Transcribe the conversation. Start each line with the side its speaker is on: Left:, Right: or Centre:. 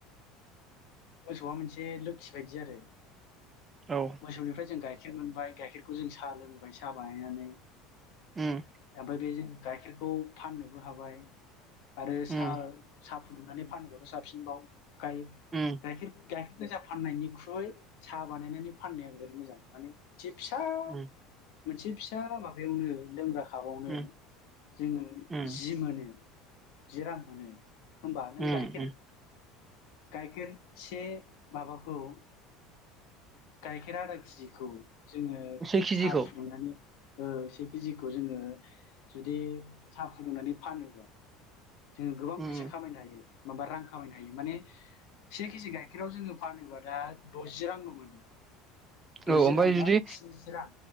Left: मोसौआ मोनसे लोखि बायदि आरो
Right: औ
Left: मोसौनिफ्राय जों गाय खेर मोनबाय गाइखेरखौ जों साह लोंबाय साह बानायनानै
Right: उम
Left: ओमफाय बे जों गाइखेरखौ फाननो बो हाबाय आरो साह
Right: उम
Left: साह फुदुंनानै फानोबाथ साबसिनबाव गाय
Right: उम
Left: गायखेर गाय गोजा फाननायनिख्रुइ साहा बानायनानै फाननाया बिराद मोजां माने जि फिसा
Right: ओम
Left: मोनसे फिसा माबायावनो लोंग्रा हाबावनो
Right: उम
Left: जोङो
Right: उम
Left: जि मोनो जि रां मोनो होमबा नों
Right: उम
Left: गाइखेर
Right: उम
Left: गायखेर से माबाखौ गाइखेर आधा खिजिखौ जोङो
Right: से केजिखौ
Left: साहा फुदुंनानै ओ से केजिखौ जोङो जुदि साह फुदुंनानै फानोबा जोङो गोबां
Right: उम
Left: फैसा खामायनो हायो माबा रां खामायना हायो माने से केजि गाइखेर आव जोङो फानोबा दा द'जि रांल मोनो दजि
Right: औ ओमफ्राय
Left: रां बा
Right: जुदि
Left: स्निजि रां